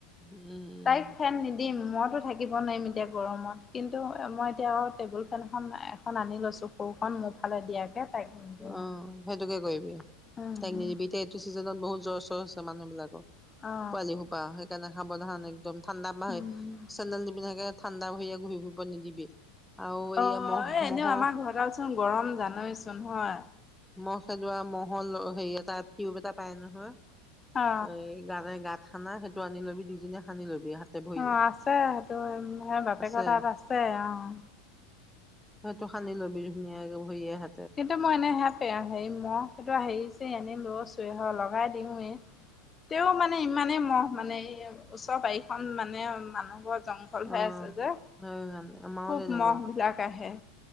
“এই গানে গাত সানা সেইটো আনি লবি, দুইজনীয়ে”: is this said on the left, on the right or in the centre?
Centre